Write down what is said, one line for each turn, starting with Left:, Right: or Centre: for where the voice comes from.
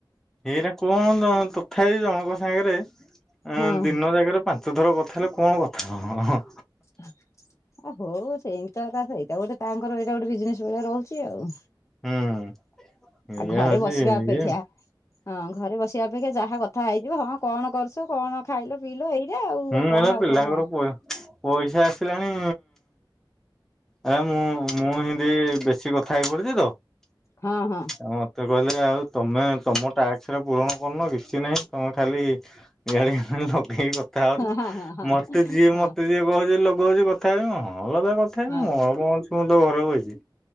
Centre: ଏଇଟା କଣ ତଥାପି ଜଣଙ୍କ ସାଙ୍ଗରେ ଆ
Left: ହଁ
Centre: ଦିନ ଜାକରେ ପାଞ୍ଚ ଥର କଥା ହେଲେ କଣ କଥା ହେବ
Left: <unintelligible> ଆ ହଉ ସେଇମିତ ତା ସେଇଟା ଗୋଟେ ତାଙ୍କର ଏଇଟା ଗୋଟେ ବିଜନେସ ଭଳିଆ ରହୁଛି ଆଉ
Centre: ହୁଁ ଏଇଆ
Left: ଆଉ ଘରେ
Centre: ହଉଛି
Left: ବସିବା ଅପେକ୍ଷା
Centre: ଇଏ
Left: ହଁ ଘରେ ବସିବା ଅପେକ୍ଷା ଯାହା କଥା ହେଇଯିବ ହଁ କଣ କରୁଛ କଣ ଖାଇଲ ପିଇଲ ଏଇଟା ଆଉ
Centre: ହୁଁ
Left: କଣ
Centre: ଏରା
Left: ଆଉ
Centre: ପିଲାଙ୍କର
Left: କଣ
Centre: ପ ପଇସା ଆସିଲାଣି ଆରେ ମୁଁ ମୁଁ ହିନ୍ଦୀ ବେଶୀ କଥା ହେଇ ପଡିଛି ତ
Left: ହଁ ହଁ
Centre: ଆଉ ମୋତେ କହିଲେ ଆଉ ତମେ ତମ ଟାକରେ ପୂରଣ କରୁନ କିଛି ନାହିଁ ତମେ ଖାଲି ଗାଳି ଲଗେଇକି କଥା ହଉଛ
Left: ହଁ
Centre: ମୋତେ ଯିଏ
Left: ହଁ
Centre: ମୋତେ ଯିଏ ଲଗ ହଉଛି ଲଗ ହଉଛି କଥା ହେବି ହଁ ଲଗା କଥା ହେବି
Left: ହଁ
Centre: ମୋର କଅଣ ଅଛି ମୁଁ ତ ଘର ବଇଛି